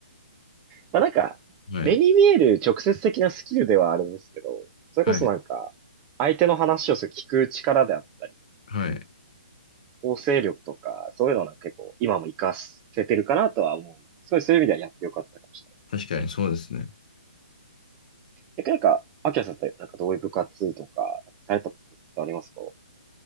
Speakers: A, on the right; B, on the left.
A: まあなんか、
B: はい、
A: 目に見える直接的なスキルではあるんですけど、それこそなんか、
B: はい、
A: 相手の話をする聞く力であったり、
B: はい。
A: 構成力とか、そういうのは結構今も活かせてるかなとは思う。すごいそういう意味ではやってよかったかもしれない。
B: 確かにそうですね。
A: 逆になんか、アキラさんってなんかどういう部活とか、されたことってありますか